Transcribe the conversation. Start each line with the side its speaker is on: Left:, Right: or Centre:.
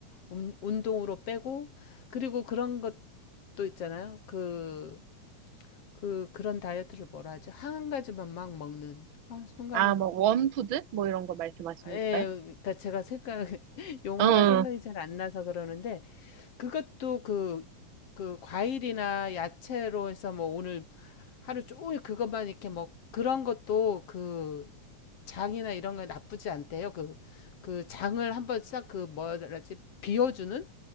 Left: 운- 운동으로 빼고 그리고 그런 것도 있잖아요. 그 그 그런 다이어트를 뭐라 하죠? 한 가지만 막 먹는. 아, 순간에
Right: 아, 뭐, 원푸드? 뭐 이런 거 말씀하시는
Left: 예,
Right: 건가요?
Left: 그러니까 제가 생각 <laughs> 용어가
Right: 어,
Left: 생각이 잘 안 나서 그러는데 그것도 그 그 과일이나 야채로 해서 뭐 오늘 하루 종일 그것만 이렇게 먹 그런 것도 그 장이나 이런 거 나쁘지 않대요. 그 그 장을 한번 싹 그 뭐라지 비워주는